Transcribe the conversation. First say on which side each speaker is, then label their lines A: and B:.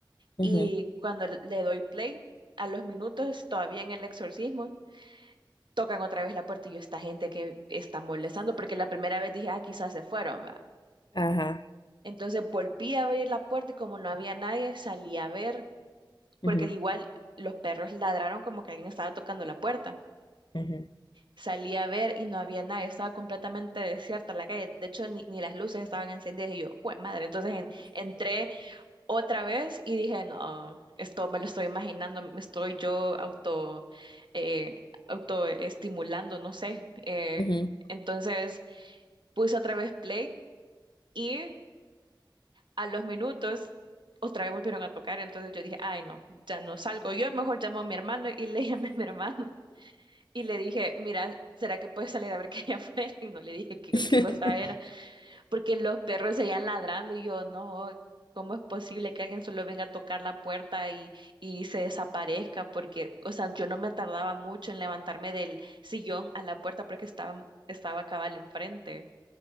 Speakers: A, on the left; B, on the right.
A: Ujú,
B: Y cuando le le doy play, a los minutos, todavía en el exorcismo. tocan otra vez la puerta y yo, esta gente que está molestando, porque la primera vez dije, ah, quizás se fueron, va.
A: Ajá.
B: Entonces volví a abrir la puerta y como no había nadie, salí a ver,
A: ujú,
B: porque igual los perros ladraron como que alguien estaba tocando la puerta.
A: ujú,
B: Salí a ver y no había nadie, estaba completamente desierta la calle. De hecho, ni, ni las luces estaban encendidas y yo, ¡jue madre! Entonces en- entré otra vez y dije, no, esto me lo estoy imaginando, me estoy yo auto, eh, autoestimulando, no sé. eh,
A: ujú,
B: entonces Puse otra vez play y a los minutos otra vez volvieron a tocar. Entonces yo dije, ay, no, ya no salgo. Yo mejor llamo a mi hermano y <laughs> le llamé a mi hermano y le dije, mira, ¿será que puedes salir a ver qué hay afuera? Y no le dije qué,
A: <laughs>
B: qué cosa era, porque los perros seguían ladrando y yo, no. ¿Cómo es posible que alguien solo venga a tocar la puerta y, y se desaparezca? Porque, o sea, yo no me tardaba mucho en levantarme del sillón a la puerta porque estaba, estaba cabal enfrente.